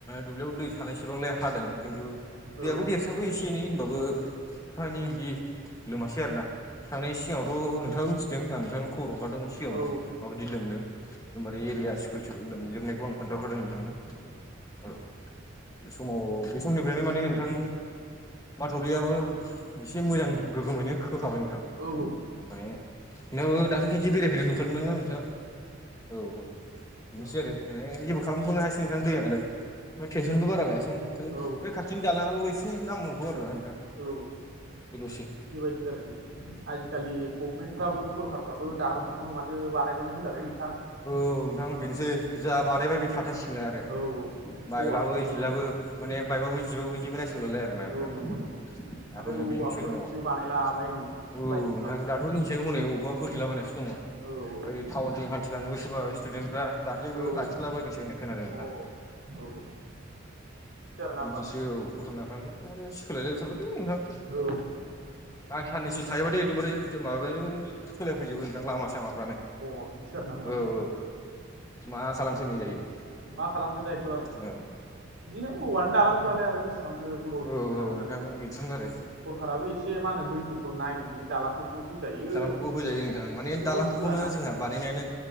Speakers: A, on the left; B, on the right.
A: दुब्लियाव दै थानायसेबांलाय हादों खिन्थु
B: औ
A: दैयाबो देरसाबो एसे एनै होनबाबो एफा एनै बिदि लोमासै आरोना थांनाय सिगाङावथ' नोंथाङाबो मिथिदों आं नोंथांनो खबर हरखादोंमोन सिगाङावनो
B: औ
A: माबायदि लोमदों एकदमबारे एरिया स्कुल थिकुल लोमजोबनायखौ आं खोन्थाहरखादों नोंथांनो औ समाव बे समनिफ्रायनो माने नोंथां माथावरियाबो एसे मोजां गोगोमैनो खोखाबाय नोंथां
B: औ
A: माने नोंनाबो दाखिलै खेनसे बेरायफैनाय नुखादों ना नोंथाङा औ औ बेनोसै
B: औ
A: आरो है जेबो खालामथ'नो हायासै नोंथां दैआलाय ओमफ्राय टेनसनबो बारा लायासै आ ओमफ्राय
B: औ
A: बे खाथिनि दाङाल' एसे नांबावगौ आरो ना नोंथां
B: औ
A: बेल'सो
B: बेबायदि आरो आजिखालि गभमेन्टफ्राबो सरखारफ्राबो दालांफोरखौनो माथो बानायनानै होलालै नोंथां उम
A: औ नोंथां
B: <unintelligible>
A: बेनोसै जा बानायबाय बे थाबथासिगोनलाय आरो
B: औ
A: बाइब्लाबो
B: औ औवा औ
A: जिब्लाबो माने बायबाबो जिबाबो जिबो नायसनलालाय आरो ना
B: औ
A: नोंथां
B: नंगौ नंगौ माथो
A: दाथ' बेजों
B: औवाफोरनिसो
A: सोलिनांगौ औ
B: बानायलाबायनो रायजोफ्राबो
A: नोंथां दा थ' जोंनिसायाव हनै अबावबा होथोलाबायनासो दङ
B: औ औ
A: ओरै टाउनथिं हान्थिलाङोबो सोबा स्टुदेन्टफ्रा दाख्लैबो
B: औ
A: लाखिलाबायनोसै होनो खोनादों नोंथां
B: औ औ औ आरोना
A: बिदिसो
B: होमबा
A: औ गथनाफा एकदमबारे सोलायला जोबथारबायलै नोंथां
B: औ
A: आं साननैसो थायोबाथाय एकदमबारे माबानि सोलायफैजोबो नोंथां लामा सामाफ्रानो
B: अ बिदिसो आरोना होमबा
A: औ
B: नोंथां
A: औ मा खालामफैनाय जायो
B: मा खालामनो जायोथ' आरो
A: औ
B: बिदिनो औवानि दालांफ्रालाय आरो बेसेबांथो गोबाव
A: औ
B: जोरनो
A: औ
B: आरोना
A: नोंथां
B: नों
A: बिदिनो आरो
B: सरखाराबो एसे मा होनो दैफोरखौ नायनानै दालांफोरखौ होजायो
A: दालांफोरखौ होजायो नोंथां माने
B: बिसोरबो
A: दालांफोरखौनो
B: होआना
A: जोंहा बानायनायानो